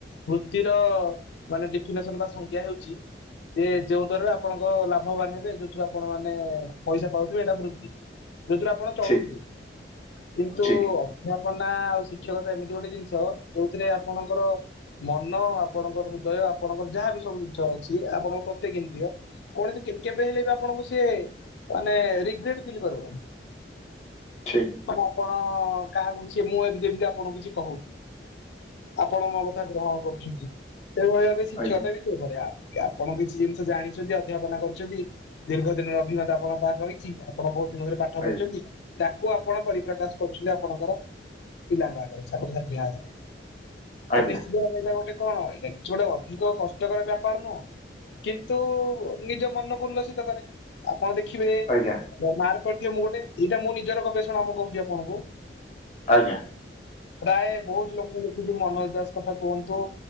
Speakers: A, on the left (about 70°); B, on the left (about 40°).
A: ବୃତ୍ତିର ମାନେ ଡଫିନେସନ୍ ବା ସଂଖ୍ୟା ହେଉଛି, ଯେ ଯୋଉ ଦ୍ଵାରାରେ ଆପଣଙ୍କ ଲାଭ ବଳେଇବେ ଯୋ ଛିଳା ଆପଣ ମାନେ ପଇସା ପାଉଥିବେ ଏଇଟା ବୃତ୍ତି ଯୋଉଥିରୁ ଆପଣ, ଚଳୁଥିଲେ
B: ଠିକ୍
A: କିନ୍ତୁ
B: ଠିକ୍
A: ଅଧ୍ୟାପନା ଆଉ ଶିକ୍ଷକତା ଏମିତି ଗୋଟେ ଜିନିଷ୍ ତ ଯୋଉଥିରେ ଆପଣଙ୍କର, ମନ ଆପଣଙ୍କର ହୃଦୟ ଆପଣଙ୍କର ଯାହାବି ସବୁ ଜିନିଷ ଅଛି ଆପଣଙ୍କ ପ୍ରତ୍ୟେକ ଜମିତିଅ, କୌଣସି କେ କେବେ ହେଲେ ବା ଆପଣଙ୍କୁ ସିଏ ମାନେ ରିଗ୍ରେଟ୍ ଫିଲ୍ କରିବନି,
B: ଠିକ୍,
A: ମାନେ ଆପଣ କାହାକୁ ବି ସେ ମୁଁ ଏବେ ଯେମିତି ଆପଣଙ୍କୁ କିଛି କହୁ, ଆପଣ ମୋ କଥା ଗ୍ରହଣ କରୁଛନ୍ତି ସେଇଭଳି ବି ଶିକ୍ଷକତା
B: ଆଜ୍ଞା
A: ବି ସେଇଭଳିଆ, ଆପଣ କିଛି ଜିନିଷ ଜାଣିଛନ୍ତି ଅଧ୍ୟାପନା କରୁଛନ୍ତି ଦୀର୍ଘ ଦିନ ଅଭିଜ୍ଞତା ଆପଣଙ୍କ ପାଖହାର ରହିଛି, ଆପଣ ବହୁତ୍ ଦିନ ଧରେ ପାଠ ପଢ଼ୁଛନ୍ତି,
B: ଆଜ୍ଞା
A: ତାକୁ ଆପଣ ପରିପ୍ରକାଶ କରୁଥିଲେ ଆପଣଙ୍କର ପିଲାଙ୍କ ଆଗରେ ଛାତ୍ରଛାତ୍ରୀଙ୍କ ଆଗରେ,
B: ଆଜ୍ଞା
A: ତ ନିଶ୍ଚିତ ଭାବରେ ଏଇଟା ଗୋଟେ କଣ ଏଇଟା କିଛି ଗୋଟେ ଅଧିକ କଷ୍ଟକର ବେପାର ନୁହଁ, କିନ୍ତୁ ନିଜ ମନକୁ ଉଲ୍ଲସିତ କରେ ଆପଣ ଦେଖିବେ,
B: ଆଜ୍ଞା
A: ଦ ମାର୍କ କରିଥିବ ମୁଁ ଗୋଟେ ଏଇଟା ମୁଁ ନିଜର ଗବେଷଣା ମୁଁ କହୁଛି ଆପଣଙ୍କୁ,
B: ଆଜ୍ଞା,
A: ପ୍ରାୟ ବହୁତ୍ ଲୋକଙ୍କୁ ଦେଖୁଛି ମନୋଜ ଦାସ୍ କଥା କୁହନ୍ତୁ